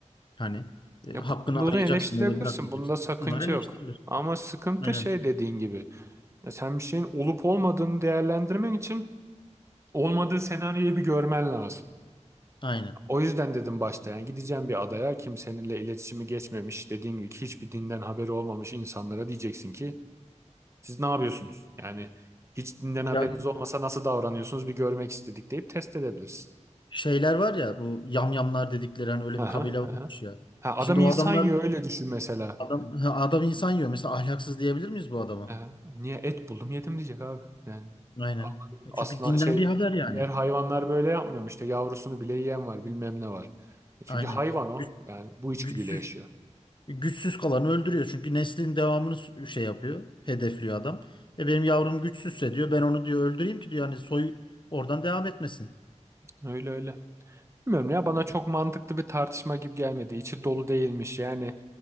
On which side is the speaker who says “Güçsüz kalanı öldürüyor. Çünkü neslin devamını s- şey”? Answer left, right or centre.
Left